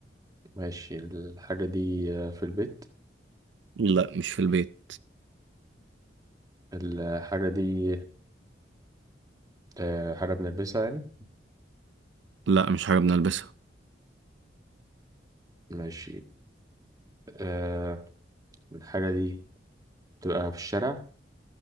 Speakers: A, on the right (about 20°); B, on the right (about 90°).
A: ماشي الحاجة دي آه في البيت
B: لا مش في البيت
A: الحاجة دي آه حاجة بنلبسها يعني
B: لا مش حاجه بنلبسها
A: ماشي آه الحاجة دي تبقى في الشارع